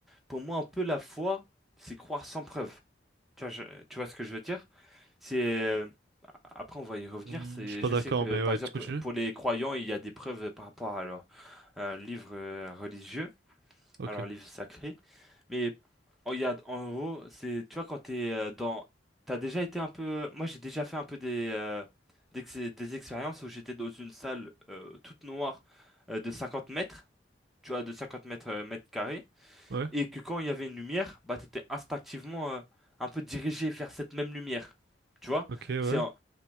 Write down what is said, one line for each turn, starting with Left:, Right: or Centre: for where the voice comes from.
Centre: Pour moi, un peu, la foi, c'est croire sans preuve. Tu vois, je- tu vois ce que je veux dire? C'est. Après, on va y revenir.
Right: euh, hmm,
Centre: C'est,
Right: je suis pas
Centre: je
Right: d'accord,
Centre: sais que,
Right: mais
Centre: par
Right: ouais,
Centre: exemple,
Right: tu continues?
Centre: pour les croyants, il y a des preuves par rapport à leur, un livre euh, religieux,
Right: Ok.
Centre: à leur livre sacré. Mais en regarde, en gros, c'est, tu vois, quand t'es euh, dans... T'as déjà été un peu... Moi, j'ai déjà fait un peu des, euh, des, ex- des expériences où j'étais dans une salle euh, toute noire euh, de 50 mètres, tu vois, de 50 mètres, euh, mètres carrés,
Right: Ouais.
Centre: et que quand il y avait une lumière, bah, t'étais instinctivement euh, un peu dirigé vers cette même lumière. Tu vois?
Right: Ok, ouais.
Centre: C'est en-